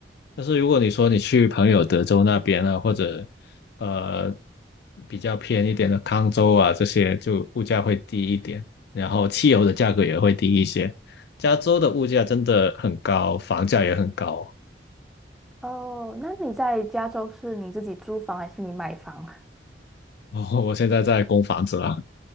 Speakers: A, on the left; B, in the centre.
A: 但是如果你说你去朋友德州那边啊，或者呃比较偏一点的康州啊，这些就物价会低一点，然后汽油的价格也会低一些。加州的物价真的很高，房价也很高。<laughs>
B: 哦，那你在加州是你自己租房还是你买房？
A: 哦，我现在在供房子啦，